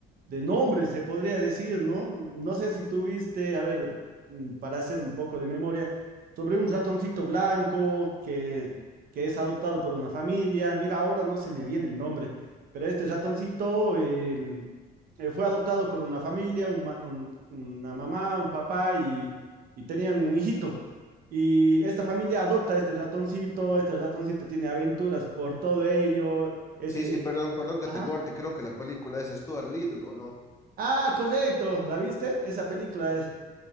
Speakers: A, on the right (about 60°); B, on the left (about 15°).
A: de nombres, se podría decir, ¿no? No sé si tuviste, a ver, mm, para hacer un poco de memoria, sobre un ratoncito blanco que, que es adoptado por una familia. Mira, ahora no se me viene el nombre, pero este ratoncito, eh, eh, fue adoptado por una familia, un ma- un- una mamá, un papá y, y tenían un hijito. Y esta familia adopta a este ratoncito, este ratoncito tiene aventuras por todo ello. Ese,
B: Sí, sí, perdón, perdón que
A: ajá.
B: te corte, creo que la película es Stuart Little, ¿o no?
A: Ah, correcto, ¿la viste? Esa película es.